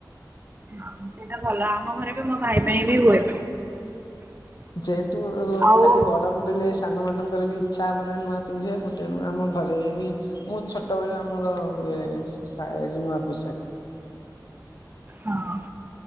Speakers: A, on the right (about 25°); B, on the left (about 65°).
A: ଆଉ ସେଇଟା ଭଲ, ଆମ ଘରେ ବି ମୋ ଭାଇ ପାଇଁ ବି ହୁଏ।
B: ଯେହେତୁ
A: ଆଉ
B: ଖାଲି ବଡକୁ ଦେଲେ ଏସ ସାନମାନଙ୍କର ବି ଇଚ୍ଛା ହବ ନା ନୂଆ ପିନ୍ଧିଆକୁ, ତେଣୁ ଆମ ଘରେ ବି ମୁଁ ଛୋଟବେଳୁ ଆମର ହୁଏ ସା ସାଏଜ ନୂଆ ପୋଷାକ।
A: ହଁ